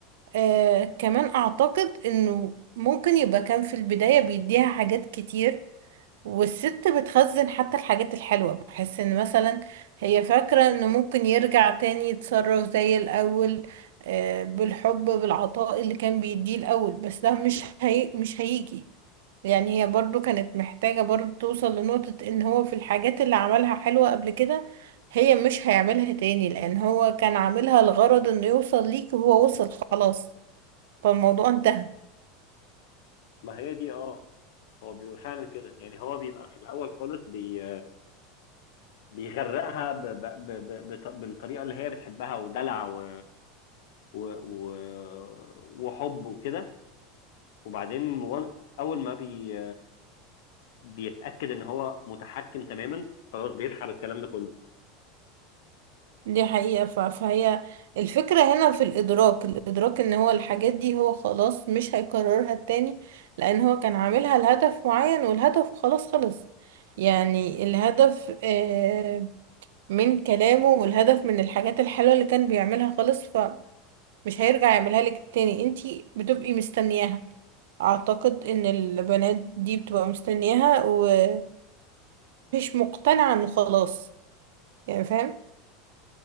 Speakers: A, on the right; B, on the left.
A: آه كمان اعتقد انه ممكن يبقى كان في البداية بيديها حاجات كتير والست بتخزن حتى الحاجات الحلوة بحس ان مثلا هي فاكرة انه ممكن يرجع تاني يتصرف زي الاول آه بالحب بالعطاء اللي كان بيديه الاول بس ده مش هي... مش هيجي يعني هي برضو كانت محتاجة برضو توصل لنقطة ان هو في الحاجات اللي عملها حلوة قبل كده هي مش هيعملها تاني لان هو كان عاملها لغرض انه يوصل ليك وهو وصل خلاص فالموضوع انتهى
B: ما هي دي اه هو بيبقى فعلا كده يعني هو بيبقى في الاول خالص بي بيغرقها ب... ب... ب... ب... بط- بالطريقه اللي هي بتحبها ودلع و... و... و... وحب وكده وبعدين وان- اول ما بي... بيتاكد ان هو متحكم تماما خلاص بيسحب الكلام ده كله
A: دي حقيقة ف- فهي الفكرة هنا في الإدراك الإدراك إن هو الحاجات دي هو خلاص مش هيكررها تاني لأن هو كان عاملها لهدف معين والهدف خلاص خلص يعني الهدف آه، من كلامه والهدف من الحاجات الحلوة اللي كان بيعملها خلص فمش هيرجع يعملها لك تاني انتي بتبقي مستنياها أعتقد إن البنات دي بتبقى مستنياها ومش مقتنعة إنه خلاص يعني فاهم